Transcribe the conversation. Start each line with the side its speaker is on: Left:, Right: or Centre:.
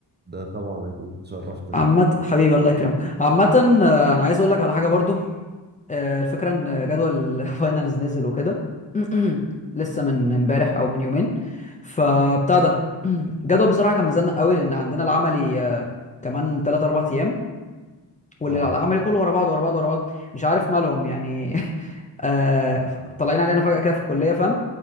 Right: ده طبعا اكيد تشرفنا
Left: عامة
Right: يعني
Left: حبيبي الله يكرمك عامة آه، انا عايز اقول لك على حاجة برضو آه، الفكرة ان جدول <laughs> فاينلز نزل وكده <clears throat> لسه من امبارح او من يومين فبتاع ده <clears throat> الجدول بصراحة كان مزنق قوي لان عندنا العملي آه، كمان 3 4 ايام والعملي
Right: اه
Left: كله ورا بعض ورا بعض ورا بعض مش عارف مالهم يعني <laughs> آه، طالعين علينا فجأة كده في الكلية فاهم